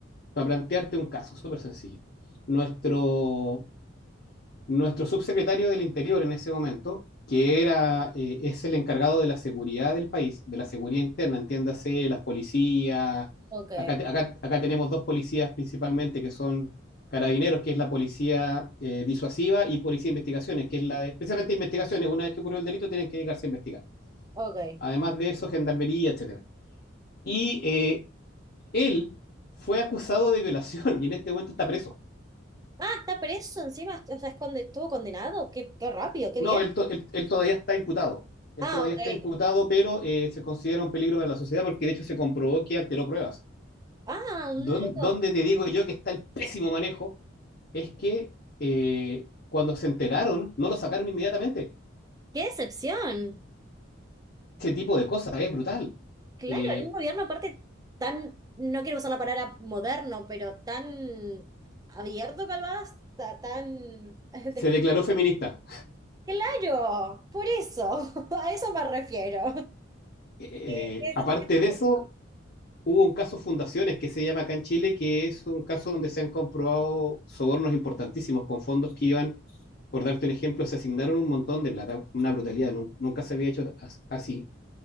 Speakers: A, on the left (about 50°); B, on the right (about 20°).
A: para plantearte un caso súper sencillo. Nuestro, nuestro subsecretario del Interior en ese momento, que era, eh, es el encargado de la seguridad del país, de la seguridad interna, entiéndase, las policías.
B: Ok,
A: Acá, te- acá- acá tenemos dos policías principalmente que son carabineros, que es la policía eh, disuasiva, y policía de investigaciones, que es la de, precisamente investigaciones, una vez que ocurrió el delito tienen que dedicarse a investigar.
B: ok.
A: Además de eso, gendarmería, etcétera. Y eh, él fue acusado de violación <laughs> y en este momento está
B: Mm.
A: preso.
B: Ah, está preso encima, o sea, es conde- estuvo condenado. Qué, qué rápido, qué
A: No,
B: bien.
A: él, to- él- él todavía está imputado. Él
B: Ah,
A: todavía
B: ok.
A: está imputado, pero eh, se considera un peligro para la sociedad porque de hecho se comprobó que alteró pruebas.
B: Ah, un
A: Don-
B: loco.
A: donde te digo yo que está el pésimo manejo es que eh, cuando se enteraron, no lo sacaron inmediatamente.
B: Qué decepción.
A: Ese tipo de cosas es brutal.
B: Claro,
A: Eh,
B: en un gobierno aparte tan, no quiero usar la palabra moderno, pero tan abierto calvás, tan... <laughs> de-
A: se declaró feminista.
B: Claro, por eso, <laughs> a eso me refiero.
A: Eh,
B: <laughs>
A: aparte de eso, hubo un caso Fundaciones que se llama acá en Chile, que es un caso donde se han comprobado sobornos importantísimos con fondos que iban por darte un ejemplo, se asignaron un montón de plata, una brutalidad, nun- nunca se había hecho as- así,